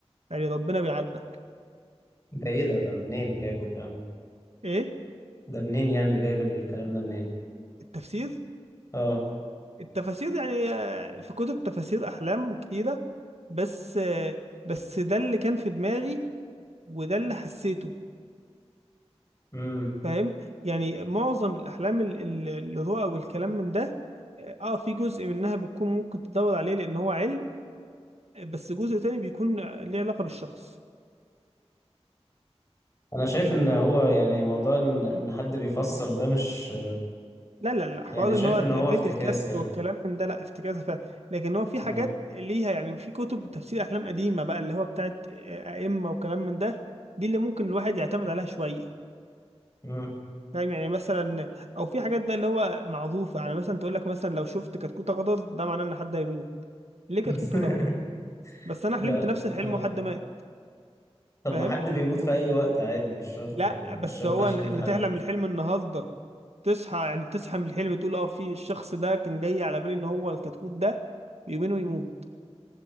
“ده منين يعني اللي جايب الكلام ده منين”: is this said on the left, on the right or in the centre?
Left